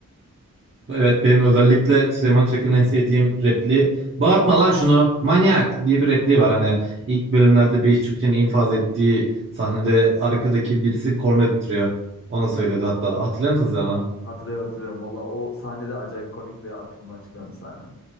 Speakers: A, on the right; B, on the left.
A: Evet benim özellikle Süleyman Çakır'ın en sevdiğim repliği bağırtma lan şunu manyak diye bir repliği var. Hani ilk bölümlerde Beyiş Türkçe'nin infaz ettiği sahnede arkadaki birisi korna öttürüyor. Ona söylüyordu hatta hatırlıyor musun sen onu?
B: Hatırlıyorum hatırlıyorum. Valla o sahnede acayip komik ve aklımdan çıkmayan bir sahne.